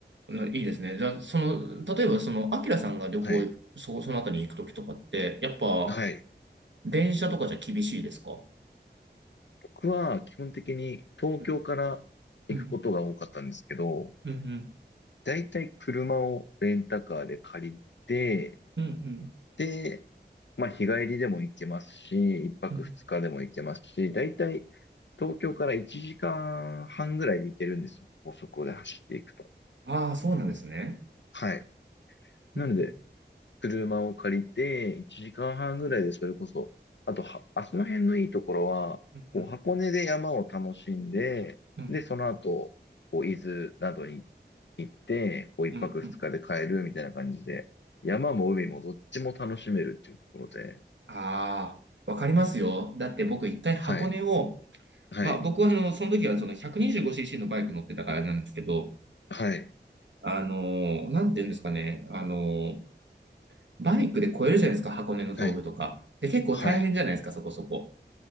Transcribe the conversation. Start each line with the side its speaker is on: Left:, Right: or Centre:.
Right: ないいですね。じゃあ、その、例えば、その、アキラさんが旅行行く、
Left: はい。
Right: そ、そのあたりに行くときとかって、やっぱ、
Left: はい。
Right: 電車とかじゃ厳しいですか
Left: 僕は基本的に東京から行くことが多かったんですけど、
Right: うん、うん、うん、
Left: だいたい車をレンタカーで借りて、
Right: うん、
Left: で、まあ日帰りでも行けますし、一泊二日でも行けますし、
Right: うん、
Left: だいたい東京から1時間半ぐらいで行けるんですよ。高速で走っていくと。
Right: ああ、そうなんですね。
Left: はい。
Right: うん、
Left: なので、
Right: うん、
Left: 車を借りて、1時間半ぐらいでそれこそ、あとは、あその辺のいいところは、
Right: うん、
Left: こう箱根で山を楽しんで、
Right: うん、
Left: で、その後、こう伊豆などに行って、こう1泊二日で帰るみたいな感じで、
Right: うん、うん、
Left: 山も海もどっちも楽しめるっていうところで、
Right: ああー、わかりますよ。だって僕一回箱根を、
Left: はい、はい、
Right: まあ僕はあの、その時はその 125cc のバイク乗ってたからあれなんですけど、
Left: はい、
Right: あのーなんて言うんですかね。あのーバイクで越えるじゃないですか、箱根の峠とか。
Left: はい、
Right: で、結構大変じゃないですか、
Left: はい、
Right: そこそこ。